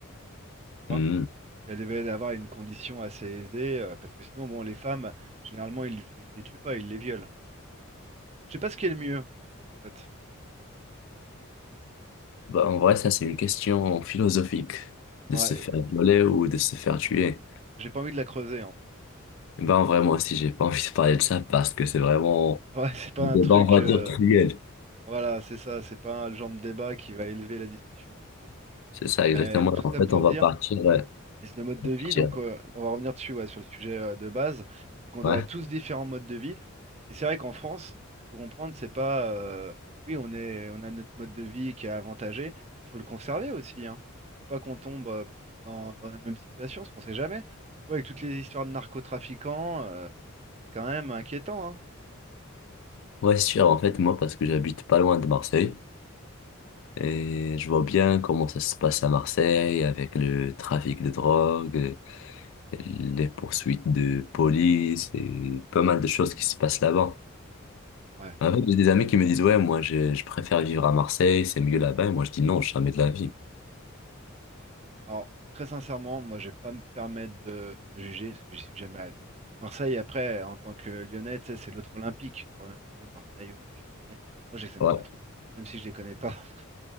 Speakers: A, on the right; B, on the left.
A: Tu vois.
B: Mhm.
A: Qu'elles devaient avoir une condition assez aisée, euh, parce que sinon, bon, les femmes, généralement, ils, ils les tuent pas, ils les violent. Je sais pas ce qui est le mieux, en fait.
B: Bah, en vrai, ça, c'est une question philosophique. De
A: Ouais,
B: se faire violer ou de se faire tuer.
A: j'ai pas envie de la creuser, en fait.
B: Ben, en vrai, moi aussi, j'ai pas <laughs> envie de parler de ça parce que c'est vraiment
A: Ouais, <laughs> c'est pas
B: un débat,
A: un truc.
B: on va
A: euh,
B: dire, cruel.
A: voilà, c'est ça, c'est pas le genre de débat qui va élever la discussion, je pense.
B: C'est ça, exactement.
A: Mais tout ça
B: En fait,
A: pour
B: on va
A: dire.
B: partir. Ouais,
A: Et c'est le mode
B: partir.
A: de vie, donc euh, on va revenir dessus, ouais, sur le sujet euh, de base, c'est qu'on
B: ouais,
A: a tous différents modes de vie. Et c'est vrai qu'en France, il faut comprendre, c'est pas, euh, oui, on est, on a notre mode de vie qui est avantagé, mais il faut le conserver aussi, hein. Faut pas qu'on tombe euh, dans, dans la même situation, parce qu'on sait jamais. Tu vois, avec toutes les histoires de narcotrafiquants, euh, c'est quand même inquiétant, hein.
B: Ouais, c'est sûr. En fait, moi, parce que j'habite pas loin de Marseille et je vois bien comment ça se passe à Marseille avec le trafic de drogue, les poursuites de police et pas mal de choses qui se passent là-bas.
A: Ouais.
B: En fait, j'ai des amis qui me disent, ouais, moi, je, je préfère vivre à Marseille, c'est mieux là-bas. Et moi, je dis non, jamais de la vie.
A: Alors, très sincèrement, moi, je vais pas me permettre de, de juger parce que j'y suis jamais allé. Marseille, après, en tant que Lyonnais, tu sais, c'est l'autre Olympique, quoi. Olympique de Marseille, Olympique Lyonnais. Moi, je les aime
B: Ouais,
A: pas trop, même si je les connais pas. <laughs>